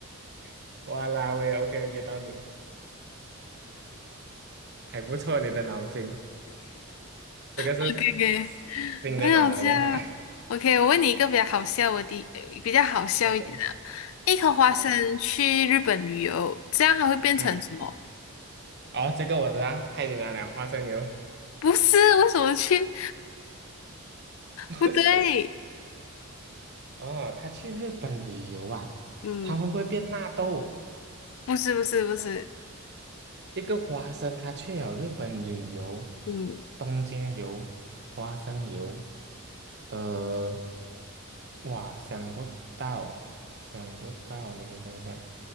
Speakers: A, on the right (about 50°); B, on the left (about 65°).
A: <laughs> 哇啦喂，OK OK，到你，还不错，你的脑筋，这个是
B: ，OK OK，
A: 新的脑来的是吧
B: 没有这 o k 我问你一个比较好笑的地呃比较好笑一点的，
A: <laughs>？OK，
B: 一颗花生去日本旅游，
A: 好，
B: 这样还会变成什么？
A: 嗯。哦，这个我知道，太简单了，花生油。
B: 不是，为什么去？
A: <laughs>
B: 不对，
A: 哦，他去日本旅游啊，
B: 嗯，
A: 他会不会变纳豆？
B: 不是不是不是，
A: 一个花生，他去了日本旅游，
B: 嗯
A: 东京游，花生油，呃，哇，想不到，想不到，你给我想想，